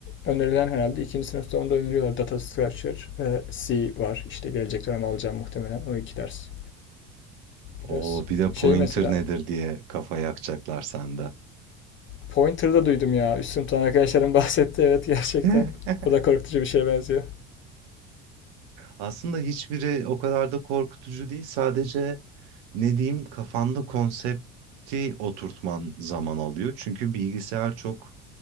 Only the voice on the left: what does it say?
önerilen herhalde ikinci sınıfta onu da öneriyorlar. Data Structure ve C var. İşte gelecek dönem alacağım muhtemelen o iki ders.
Biraz
şeyi
mesela
Pointer'ı da duydum ya. Üst sınıftan arkadaşlarım <laughs> bahsetti. Evet gerçekten.
O da korkutucu bir şeye benziyor.